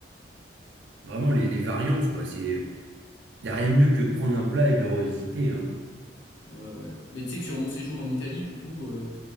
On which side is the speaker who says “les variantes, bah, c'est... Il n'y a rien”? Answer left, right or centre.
Right